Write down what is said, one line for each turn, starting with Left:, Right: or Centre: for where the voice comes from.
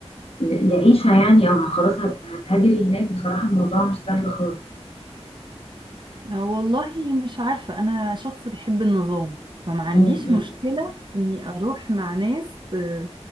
Left: ل لعيشة يعني أو خلاص هت هتهاجري هناك بصراحة الموضوع مش سهل خالص.
Right: آه، والله مش عارفة أنا شخص بيحب النظام فما عنديش
Left: إمم، إمم.
Right: مشكلة إني أروح مع ناس آه،